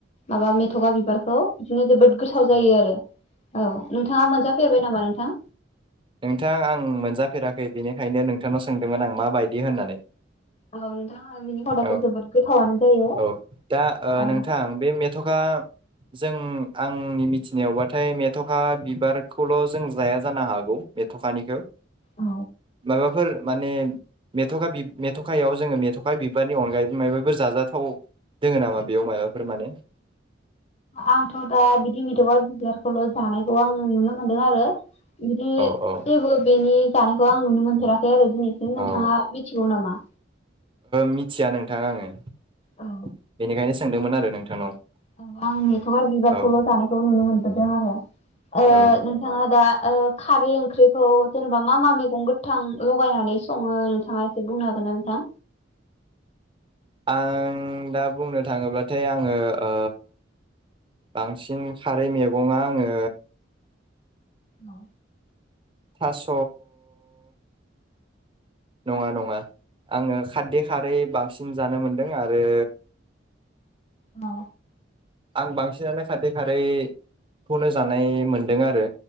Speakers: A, on the left (about 35°); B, on the right (about 30°).
A: माबा मेथ'गा बिबारखौ बिदिनो जोबोद गोथाव जायो
B: औ
A: आरो औ नोंथाङा मोनजाफेरबाय नामा नोंथां
B: नोंथां आं मोनजाफेराखै बेनिखायनो नोंथांनाव सोंदोंमोन आं माबायदि होननानै
A: औ नोंथां ओं बिनि खदाथ'
B: औ
A: जोबोद गोथावानो जायो
B: औ दा ओ
A: औ
B: नोंथां बे मेथ'खा जों आंनि मिथिनायावबाथाय मेथ'खा बिबारखौल' जों जाया जानो हागौ मेथ'खानिखौ
A: औ
B: माबाफोर माने मेथ'खा बि मेथ'खायाव जोङो मेथ'खा बिबारनि अनगायैबो मायबाफोर जाजाथाव दोङो नामा बेयाव मायबाफोर माने
A: आंथ' दा बिदि मेथ'खा बिबारखौल' जानाय आं नुनो मोनदों आरो बिदि
B: औ औ
A: जेबो बेनि जानायखौ आं नुनो मोनफेराखै आरो दिनैसिम
B: औ
A: नोंथाङा मिथिगौ नामा
B: मिथिया नोंथां आङो
A: औ
B: बेनिखायनो सोंदोंमोन आरो नोंथांनाव
A: औ आं मेथखा बिबारखौल
B: औ
A: जानायखौ नुनो मोनदों आरो ओ
B: औ
A: नोंथाङा दा ओ खारै ओंख्रिखौ जेनेबा मा मा मैगं गोथां लगायनानै सङो नोंथाङा एसे बुंनो हागोना नोंथां
B: आं दा बुंनो थाङोब्लाथाय आङो ओ बांसिन खारै मैगङा आङो
A: औ
B: थास नङा नङा आङो खारदै खारै बांसिन जानो मोनदों आरो
A: औ
B: आं बांसिनानो खारदै खारैखौनो जानाय मोनदों आरो